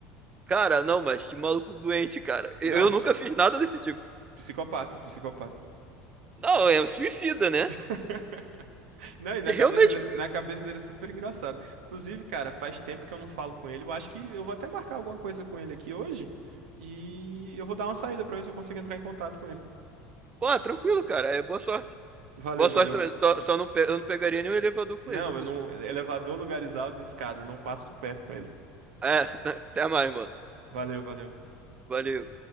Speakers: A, on the right; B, on the right.
A: Cara, não, mas que maluco doente, cara. Eu,
B: Não,
A: eu nunca fiz nada desse tipo.
B: psicopata, psicopata.
A: Não, é suicida, né?
B: <laughs> Não, e na
A: Que realmente
B: cabeça, de- na cabeça dele é super engraçado. Inclusive, cara, faz tempo que eu não falo com ele. Eu acho que eu vou até marcar alguma coisa com ele aqui hoje. E eu vou dar uma saída pra ver se eu consigo entrar em contato com ele.
A: Pô, tranquilo, cara. É boa sorte.
B: Valeu,
A: Boa sorte
B: valeu.
A: também. Só, só não, pe- eu não pegaria nenhum elevador com
B: Não,
A: ele se eu fosse.
B: eu não. Elevador, lugares altos e escadas. Não passo perto com ele.
A: É, <laughs> até mais, mano.
B: Valeu, valeu.
A: Valeu.